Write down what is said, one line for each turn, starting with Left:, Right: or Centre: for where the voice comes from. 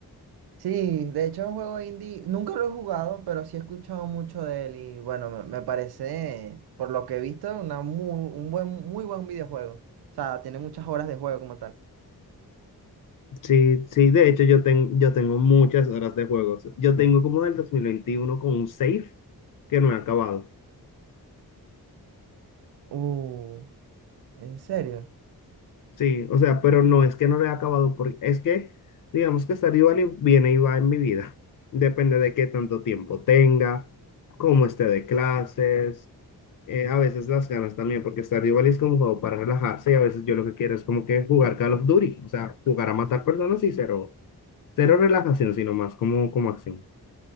Right: Sí, de hecho es un juego indie, nunca lo he jugado, pero sí he escuchado mucho de él y bueno, me, me parece, por lo que he visto, una muy, un buen, muy buen videojuego. O sea, tiene muchas horas de juego como tal.
Left: Sí, sí, de hecho yo, ten- yo tengo muchas horas de juegos. Yo tengo como del 2021 con un save que no he acabado.
Right: Uh, ¿en serio?
Left: Sí, o sea, pero no es que no lo he acabado porque es que digamos que Stardew Valley viene y va en mi vida. Depende de qué tanto tiempo tenga, cómo esté de clases, eh, a veces las ganas también, porque Stardew Valley es como un juego para relajarse y a veces yo lo que quiero es como que jugar Call of Duty, o sea, jugar a matar personas y cero, cero relajación, sino más como, como acción.